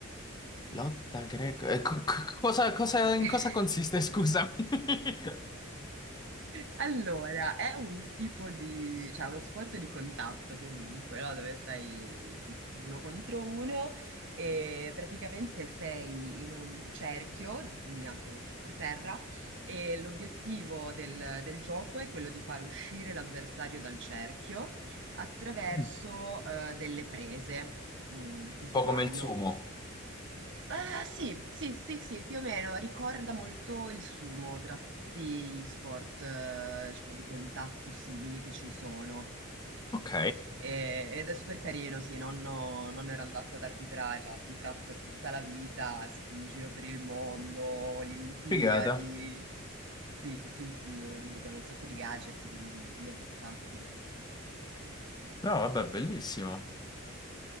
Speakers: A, on the left; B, on the right.
A: Lotta greco. eh, co- co- cosa, cosa- in
B: <laughs>
A: cosa consiste, scusami? <laughs>
B: Allora, è un tipo di cioè, è uno sport di contatto comunque, no, dove sei uno contro uno e praticamente sei in un cerchio disegnato cioè, per terra e l'obiettivo del, del gioco è quello di far uscire l'avversario dal cerchio attraverso
A: Un
B: eh, delle prese mm, che si
A: po'
B: fanno.
A: come il sumo.
B: Ah, sì, sì, sì, sì, più o meno, ricorda molto il sumo tra tutti gli sport, eh, diciamo, di contatto simili che ci sono.
A: Ok,
B: E- ed è super carino, sì, nonno, nonno era andato ad arbitrare, cioè ha arbitrato per tutta la vita, è stato in giro per il mondo, Olimpiadi.
A: figata.
B: Sì, sì, sì, devo dire, abbiamo un sacco di gadget delle Olimpiadi, infatti.
A: No, vabbè, bellissimo.